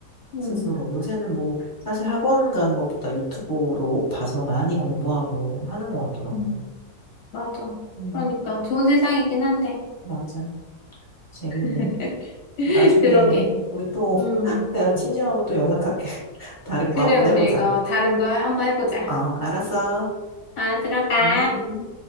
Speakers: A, on the left; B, on the left.
A: 음,
B: 스스로. 요새는 뭐, 사실 학원 가는 것보다 유튜브로 봐서 많이 공부하고 하는 것 같더라고.
A: 음. 맞아.
B: 음,
A: 그러니까 좋은 세상이긴 한데.
B: 맞아. 재밌네.
A: <laughs>
B: 나중에,
A: 그러게.
B: 우리 또,
A: 음,
B: <laughs> 내가 심심하면 또 연락할게. <laughs> 다른
A: 그래,
B: 거 한번
A: 우리
B: 해보자.
A: 이거 다른 거 한번 해보자.
B: 아, 알았어.
A: 아, 들어가.
B: 음.